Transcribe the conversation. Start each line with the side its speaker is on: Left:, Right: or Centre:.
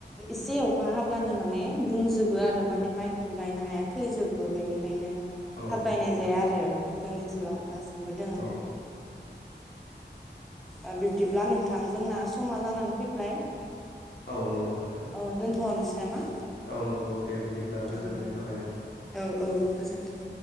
Centre: एसे अखा हाब्लानो माने बुंजोबो आरो माने माइखौनो गायनो हाया थैजोबो बेनिखायनो
Left: औ
Centre: थाब गायनाय
Left: नंगौ
Centre: जाया आरो जोंनि ओनसोलाव दासिमबो दोङो
Left: खालाम नाङा
Centre: औ बिब्दिब्ला नोंथां जोंना समा जानानै फैबाय
Left: औ नंगौ नोंथां
Centre: औ दोन्थ'वनोसै नामा
Left: औ नंगौ दे बिदिब्ला गोजोननाय
Centre: औ दे
Left: थाबाय नोंथां
Centre: औ औ गोजोन्थों